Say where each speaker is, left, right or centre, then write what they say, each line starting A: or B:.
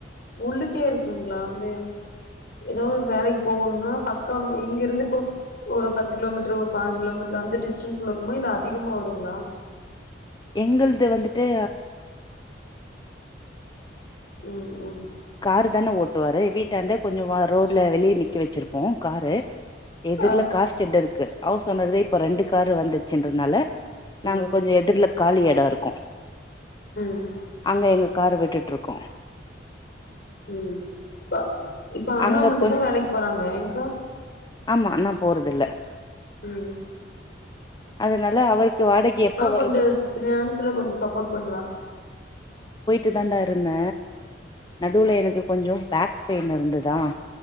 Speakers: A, on the left; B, on the left.
A: உள்ளுக்கே இருக்குங்களா அந்த ஏதாவது வேலைக்கு போகோணுனா பக்கம் இங்க இருந்து இப்போ ஒரு பத்து கிலோமீட்டர் ஒரு பாஞ்சு கிலோமீட் அந்த டிஸ்டன்ஸ்ல இருக்குமா இல்ல அதிகமா வருங்களா
B: எங்கள்து
A: ம் ம்
B: காரு தானே ஓட் விட்டுவாரு வீட்டாண்ட கொஞ்சமா ரோட்ல வெளிய நிக்க வச்சிருப்போ காரு எதிர்ல
A: ஆ
B: கார் ஜெட் இருக்கு அவ்ஸ் ஒனரு இப்போ ரெண்டு காரு வந்துச்சுன்றனால நாங்க
A: ம்
B: கொஞ்சோ எதிர்ல காலி எடோ இருக்கு
A: ம்
B: அங்க எங்க கார வெட் ட்டுட்டு இருக்கோ
A: உம் இப்ப இப்ப அண்ணா
B: அங்க
A: மட்டுதா
B: போய்
A: வேலைக்கு போறாங்க ஏங்கா
B: ஆமா நா போறதில்ல
A: உம்
B: அதனால அவருக்கு வாடகை எப்போ வருதோ
A: கொஞ்சோ ஃபினான்ஸ்ல கொஞ்சோ சப்போட் பண்ணலா
B: இதாண்டா இருக் என்ன நடுவுல எனக்கு கொஞ்சோ பேக் பெயின் இருந்துதா